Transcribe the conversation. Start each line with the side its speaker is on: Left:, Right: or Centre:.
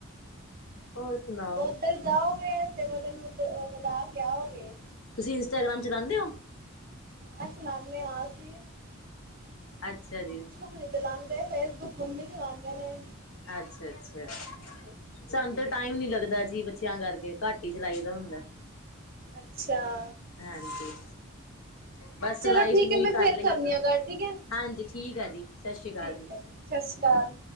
Left: ਹੋਰ ਸੁਣਾ।
Right: ਉੱਧਰ ਜਾਓਗੇ ਤੇ' ਉਹਧਨ ਵਧਾ ਕੇ ਆਓਗੇ
Left: ਤੁਸੀਂ ਇੰਸਾਗ੍ਰਾਮ ਚਲਾਉਂਦੇ ਹੋ
Right: ਹਾਂ ਚਲਾਉਂਦੇ ਅਸੀ
Left: ਅੱਛਾ ਜੀ
Right: ਤੇ ਚਲਾਉਂਦੇ ਫੇਸਬੁੱਕ, ਮੰਮੀ ਚਲਾਉਂਦੇ ਨੇ
Left: ਅੱਛਾ-ਅੱਛਾ ਸਾਨੂੰ ਤਾਂ ਟਾਈਮ ਨੀ ਲੱਗਦਾ ਜੀ, ਬੱਚਿਆਂ ਕਰਕੇ, ਘੱਟ ਹੀ ਚਲਾਈ ਦਾ ਹੁੰਦਾ
Right: ਅੱਛਾ
Left: ਹਾਂਜੀ, ਬਸ ਸਿਲਾਈ
Right: ਚਲੋ ਠੀਕ
Left: ਸਲੂਈ
Right: ਹੈ ਮੈਂ
Left: ਕਰ
Right: ਫੇਰ
Left: ਲਈਦਾ
Right: ਕਰਨੀ ਆ ਗੱਲ ਠੀਕ ਹੈ
Left: ਹਾਂਜੀ ਠੀਕ ਆ ਜੀ ਸਤਿ ਸ਼੍ਰੀ ਅਕਾਲ
Right: ਠੀਕ ਹੈ ਜੀ, ਸਤਿ ਸ੍ਰੀ ਅਕਾਲ।